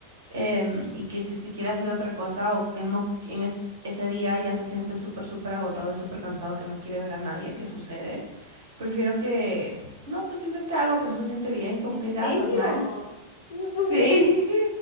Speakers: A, on the right; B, on the left.
A: em, y que si es que quiere hacer otra cosa o que no en es- ese día ya se siente súper, súper agotado y súper cansado que no quiere ver a nadie, ¿qué sucede? Prefiero que, no, pues invente algo que no se siente bien y como
B: ¿En
A: que
B: serio?
A: ya, normal.
B: No me
A: Sí,
B: puedo creer.